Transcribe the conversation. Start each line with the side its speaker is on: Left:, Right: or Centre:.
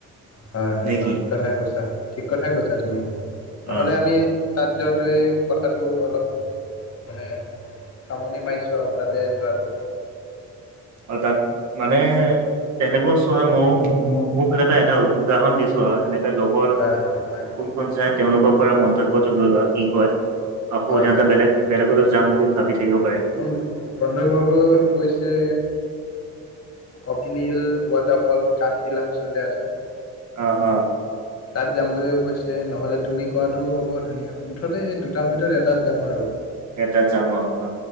Left: হয় হয়
Right: নে কি
Left: ঠিক কথাই কৈছা ঠিক কথাই কৈছা তুমি নহ'লে
Right: অ
Left: আমি তাত যোৱাটোৱেই কথাত টো অলপ মানে সামৰনি মাৰিছোঁ আৰু তাতে যোৱাটো
Right: অ তাত মানে তেনেকৈ চোৱা মই মোৰ ফালৰ পৰা এটা উদাহৰণ দিছো আৰু এনেকে লগ
Left: হয় হয় হয়
Right: কত চাই তেওঁলোকৰ পৰা মন্তব্যটো লৈ লোৱা কি কয় আকৌ
Left: হয়
Right: সিহতে
Left: হয়
Right: বেলেগ বেলেগত যাম বুলি ভাবি থাকিব পাৰে
Left: মোৰ বন্ধুবৰ্গই কৈছে অভিনীল ৱাটাৰফল কানথিল আঞ্চলতে আছে
Right: অ অ
Left: তাত যাম বুলিও কৈছে নহ'লে তুমি কোৱাটোও হব ধুনীয়া মুঠতে এই দুটাৰ ভিতৰত এটাত যাম আৰু
Right: এ তাত যাম অ অ